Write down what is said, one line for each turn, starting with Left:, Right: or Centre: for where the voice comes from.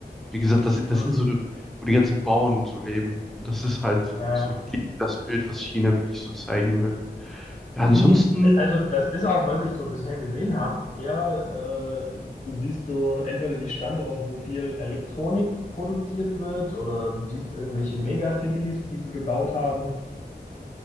Centre: wie gesagt, das sind, das
Left: Mhm.
Centre: sind so, die- wo die ganzen Bauern und so leben. Und das ist halt
Left: Ja,
Centre: so
Left: ja.
Centre: gegen das Bild, was China wirklich so zeigen will. Ja, ansonsten
Left: Also das ist auch, was ich so bisher gesehen habe, eher, äh, du siehst so entweder die Standorte, wo viel Elektronik produziert wird, oder du siehst irgendwelche Megacities, die sie gebaut haben.